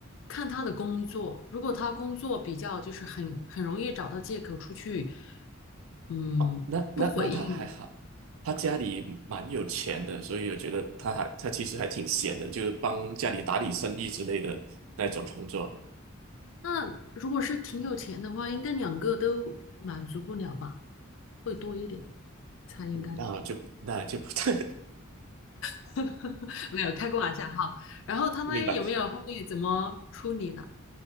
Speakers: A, on the left; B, on the right.
A: 看他的工作，如果他工作比较就是很很容易找到借口出去，嗯，
B: 哦，那那那他还好，
A: 不回应，
B: 他家里蛮有钱的，所以我觉得他还他其实还挺闲的，就是帮家里打理生意之类的那种工作，
A: 那如果是挺有钱的话，应该两个都满足不了吧，会多一点，才应该，
B: 嗯，那就那就不 <laughs> 太
A: <laughs> 没有开个玩笑哈。然后他们有没有后面怎么处理呢？
B: 明白。